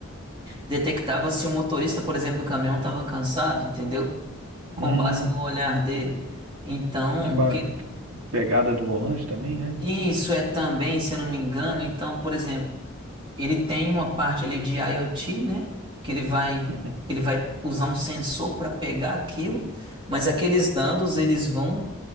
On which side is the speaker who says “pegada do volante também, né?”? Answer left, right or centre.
Right